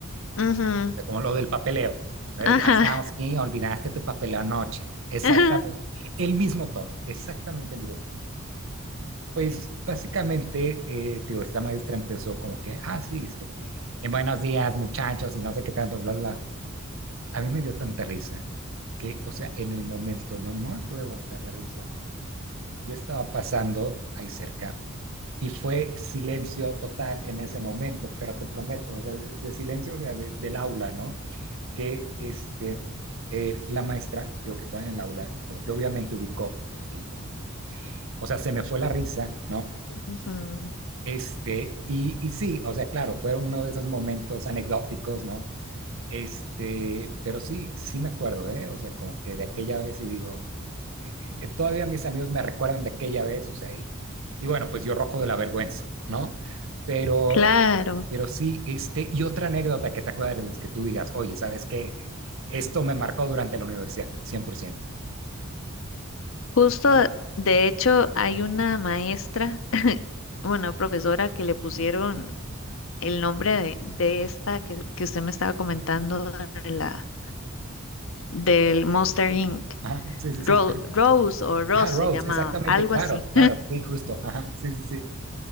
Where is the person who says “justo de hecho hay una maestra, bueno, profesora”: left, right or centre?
Left